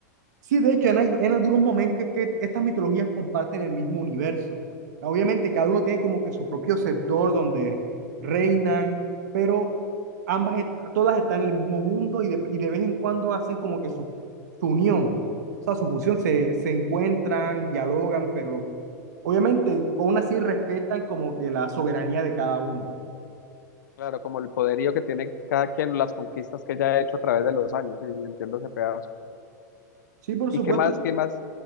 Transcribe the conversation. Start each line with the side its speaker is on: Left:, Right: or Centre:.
Right: Sí, de hecho, en, al- en algunos momentos que, que estas mitologías comparten el mismo universo. Obviamente, cada uno tiene como que su propio sector donde reinan, pero ambas, est- todas están en el mismo mundo y de, y de vez en cuando hacen como que su, su unión, o sea, su fusión, se, se encuentran, dialogan, pero obviamente, aún así respetan como que la soberanía de cada uno.
Left: Claro, como el poderío que tiene cada quien, las conquistas que ella ha hecho a través de los años, y entiendo ese pedazo.
Right: Sí, por
Left: ¿Y
Right: supuesto,
Left: qué más, qué más